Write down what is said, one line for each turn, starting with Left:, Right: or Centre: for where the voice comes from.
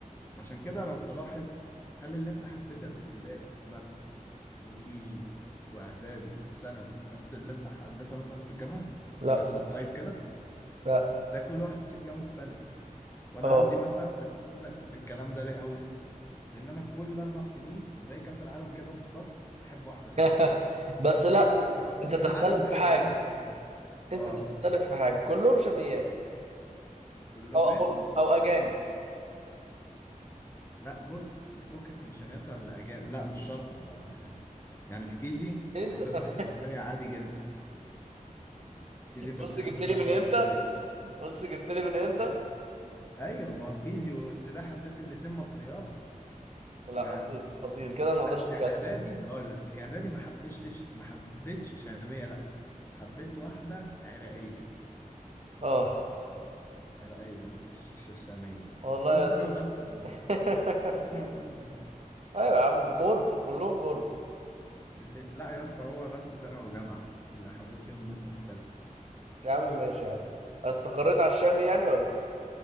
Left: عشان كده لو تلاحظ هل اللي انت حبيتها في ابتدائي مثلا وكيجي واعدادي وثانوي نفس اللي انت حبيتها مثلا في الجامعه ونفس
Right: لا
Left: الطيب كده
Right: لا
Left: تلاقي كل واحد شكلها مختلف وانا
Right: اه
Left: عندي مثلا انا بصدق بالكلام ده ليه قوي لان انا كل اربع سنين زي كاس العالم كده بالظبط احب واحده شكل
Right: <laughs> بس لا
Left: انا مع كاس
Right: انت تختلف
Left: العالم بحب
Right: في حاجه
Left: واحده شكل
Right: انت
Left: اه
Right: تختلف في حاجه كلهم شاميات
Left: كلهم
Right: او أغرب
Left: ايه
Right: او اجانب
Left: لا بص فكك من شميات ولا اجانب لا مش شرط آه، يعني يعني في كيجي كنت
Right: انت
Left: حبيت
Right: <laughs>
Left: واحده مصريه عادي جدا كيجي كنت
Right: بص
Left: حبيت
Right: جبت لي
Left: واحدة
Right: من امتى
Left: مصرية
Right: بص جبت لي من امتى
Left: ها ايوه ما هو كيجي وابتدائي حبيت الاتنين مصريات
Right: لا
Left: و...
Right: اصيل اصيل كده ما اقدرش
Left: لا
Right: اتكلم
Left: اعدادي هقول لك اعدادي ما حبيتش ما حبيتش شامية لا حبيت واحدة عراقية
Right: اه
Left: عراقية مش شامية
Right: والله
Left: هو ثانوي
Right: يا زلمة.
Left: بس
Right: <laughs>
Left: هو ثانوي وجامعة بس
Right: ايوه يا عم غرب كلهم غرب
Left: اللي... لا يا اسطى هو بس ثانوي وجامعة اللي حبيت فيهم ناس مختلفة
Right: يا عم ماشي يا عم بس قريت على الشامي يعني ولا